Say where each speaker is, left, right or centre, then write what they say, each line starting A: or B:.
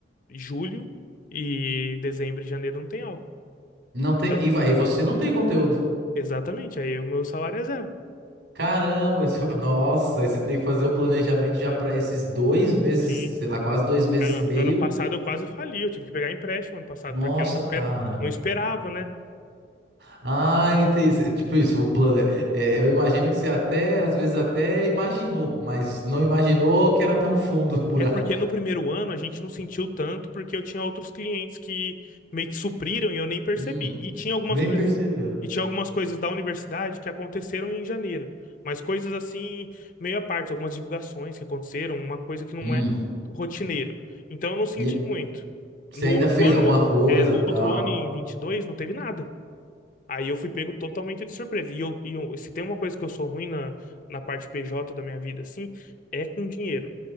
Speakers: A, on the left; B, on the right.
A: julho e dezembro e janeiro não tem aula.
B: Não tem.
A: Eu-
B: E vai, e você não tem conteúdo.
A: exatamente, aí o meu salário é zero.
B: Caramba, isso- <laughs> nossa, aí você tem que fazer o planejamento já
A: É,
B: pra esses dois meses,
A: sim.
B: sei lá, quase dois meses
A: A-
B: e meio.
A: Ano passado eu quase fali, eu tive que pegar empréstimo ano passado,
B: Nossa,
A: porque eu não, esper-
B: cara.
A: não esperava, né?
B: Ah, eu entendi. Cê- Tipo isso, o plano. é, eu imagino que você até, às vezes até imaginou, mas não imaginou que era tão fundo <laughs> o buraco.
A: É porque no primeiro ano a gente não sentiu tanto, porque eu tinha outros clientes que meio que supriram e eu nem percebi.
B: Hum,
A: E tinha algumas
B: nem
A: coisas,
B: percebeu.
A: e tinha algumas coisas da universidade que aconteceram em janeiro, mas coisas assim meio à parte, algumas divulgações que aconteceram, uma coisa que não
B: Hum.
A: é rotineiro. Então eu não senti
B: E é-
A: muito.
B: você
A: No
B: ainda
A: outro
B: fez
A: ano,
B: alguma coisa,
A: é, no
B: tal.
A: outro ano em 22 não teve nada. Aí eu fui pego totalmente de surpresa. E, eu, e eu- se tem uma coisa que eu sou ruim na, na parte PJ da minha vida, assim, é com dinheiro.